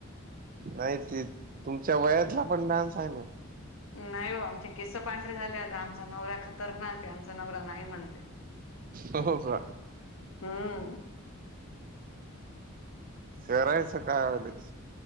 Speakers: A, on the right; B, on the left.
A: नाही ते तुमच्या वयातला पण डान्स आहे ना.
B: नाही हो आमचे केस पांढरे झाले आता आमचा नवरा खतरनाक आहे आमचा नवरा नाही म्हणते.
A: हो हो का.
B: हम.
A: करायचा काय व्हालय.